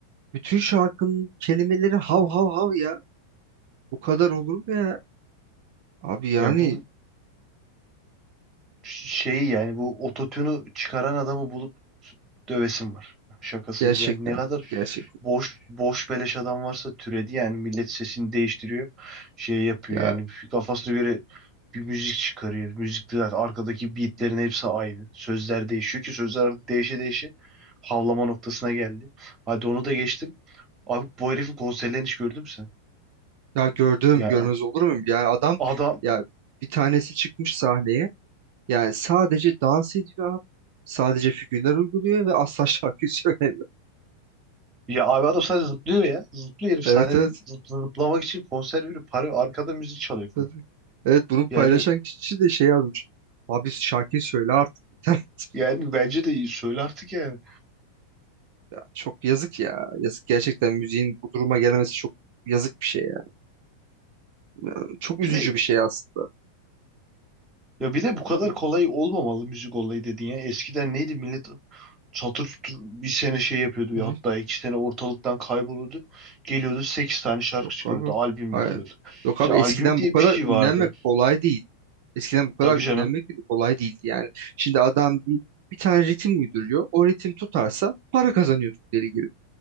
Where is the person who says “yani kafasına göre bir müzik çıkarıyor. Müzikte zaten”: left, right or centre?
Right